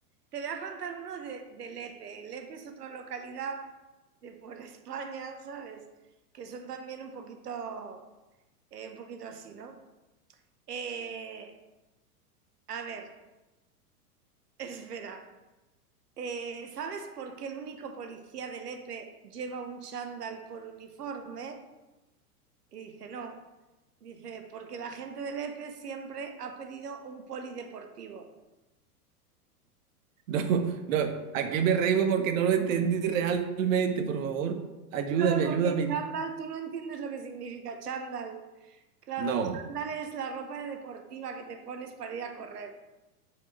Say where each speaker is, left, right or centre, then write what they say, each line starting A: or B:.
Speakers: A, on the right; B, on the right.
A: Te voy a contar uno de, de Lepe. Lepe es otra localidad de por <laughs> España, ¿sabes? Que son también un poquito, eh, un poquito así, ¿no? Eh, a ver, <laughs> espera. Eh, ¿sabes por qué el único policía de Lepe lleva un chándal por uniforme? Y dice, no. Dice, porque la gente de Lepe siempre ha pedido un polideportivo.
B: No, no, aquí me reíme porque no lo entendí realmente, por favor. Ayúdame,
A: Claro,
B: ayúdame.
A: porque chándal, tú no entiendes lo que significa chándal. Claro,
B: No.
A: chándal es la ropa deportiva que te pones para ir a correr.